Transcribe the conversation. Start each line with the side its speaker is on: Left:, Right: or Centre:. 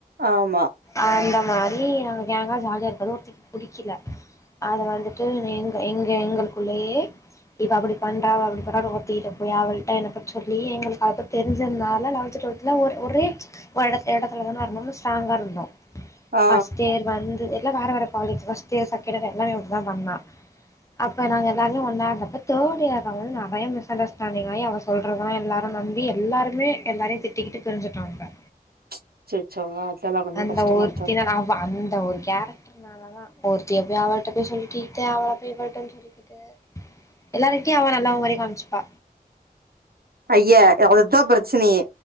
Right: ஆமா
Left: அந்த மாரி அங்க கேங்கா ஜாலியா இருக்கறது ஒருத்திக்கு பிடிக்கல அது வந்துட்டு எங்க எங்களுக்குள்ளயே இவ அப்டி பண்றா அவா அப்டி பண்ரா ஒருத்திக்கிட்ட போய் அவள்ட்ட என்ன பத்தி சொல்லி எங்களுக்கு அவள பத்தி தெரிஞ்சிருந்தால லவன்த் டுவல்த் வச்சு ஒரே ஒரு இட இடத்துல தான இருந்தோன்னு ஸ்டராங்கா இருந்தோ
Right: ஆ
Left: ஃபஸ்ட் இயர் வந்து எல்லா வேற வேற college first year second year எல்லா இப்டிதா பண்ணா அப்ப நாங்க எல்லாருமே ஒன்னா இருந்தப்ப தேட் இயர்ல வந்து நறைய மிஸ் அண்டஸ்ஸ் ஸ்டேன்டிங் ஆயி அவ சொல்தெல்லா எல்லாரு நம்பி எல்லாருமே எல்லாரையு திட்டிக்கிட்டு பிரிஞ்சுட்டோ நம்ம
Right: அச்சச்சோ அதெல்லா கொஞ்ச
Left: அந்த
Right: கஷ்டமா
Left: ஒருத்தினால
Right: தா இருக்கு
Left: அவ அந்த ஒரு கேரக்ட்ருதா தா ஒருத்திய போய் அவ்ள்ட போய் சொல்லிக்கிட்டு அவள இவள்ட்ட சொல்லிக்கிட்டு எல்லாரருக்கிட்யையு அவ நல்லவ மாரியே காமிச்சுப்பா
Right: ஐய்ய அவ்ள்தா பிரசனையே